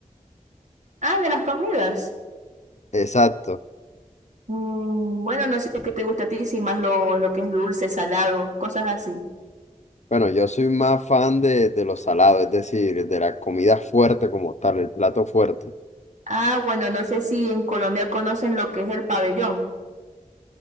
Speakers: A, on the right; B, on the left.
A: Ah, de las comidas.
B: Exacto.
A: Mm, bueno, no sé qué te gusta a ti, si más lo, lo que es dulce, salado, cosas así.
B: Bueno, yo soy más fan de, de lo salado, es decir, de la comida fuerte como tal, el plato fuerte.
A: Ah, bueno, no sé si en Colombia conocen lo que es el pabellón.